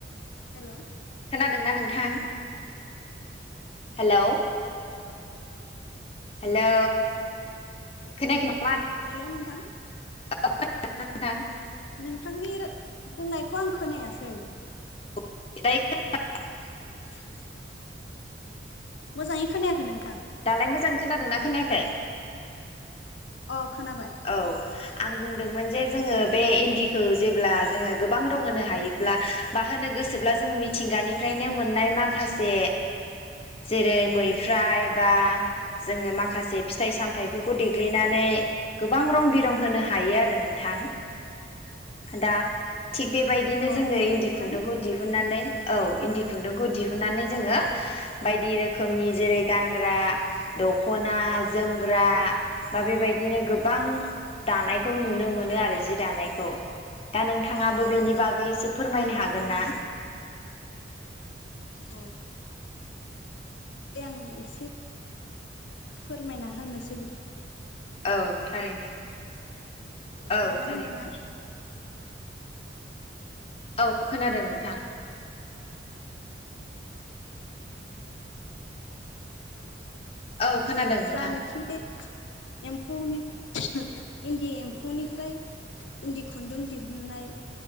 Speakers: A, on the left (about 75°); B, on the left (about 35°).
A: हेल'
B: खोनादोंना नोंथां हेलौ हेलौ खोनायाखै नामा
A: हेलौ नोंथां
B: <inaudible>
A: नोंथांनि बुंनायखौ आं खोनायासै
B: <unintelligible>
A: <inaudible> मोजाङै खोनायाखै नों
B: दालाय मोजां खोनादोंना खोनायाखै
A: अ खोनाबाय
B: औ आं बुंदोंमोन जे जोङो बे इन्दिखौ जेब्ला जोङो गोबां रं होनो हायोब्ला बा होनो गोसोब्ला जोङो मिथिंगानिफ्रायनो मोननाय माखासे जेरै मैफ्राय बा जोङो माखासे फिथाइ सामथायाइफोरखौ देग्लिनानै गोबां रं बिरं होनो हायो आरो नोंथां दा थिग बेबायदिनो
A: अ
B: जोङो
A: नंगौना
B: इन्दि
A: नोंथां
B: खुन्दुंखौ दिहुननानै औ इन्दि खुन्दुंखौ दिहुननानै जोङो बायदि रोखोमनि जेरै गानग्रा दखना जोमग्रा बा बेबायदिनो गो बां दानायखौ नुनो मोनो आरो जि दानायखौ दा नोंथाङाबो बेनि बागै एसे फोरमायनो हागोन ना
A: औ दे आं एसे फोरमायना होनोसै बिदि
B: औ थारैनो
A: खोनादोंना
B: औ थारैनो
A: नोंथाङा
B: औ खोनादों नोंथां
A: <unintelligible>
B: औ खोनादों नोंथां
A: जानोखि बे एम्फौनि इन्दि एम्फौनिफ्राय इन्दि खुन्दुं दिहुननाय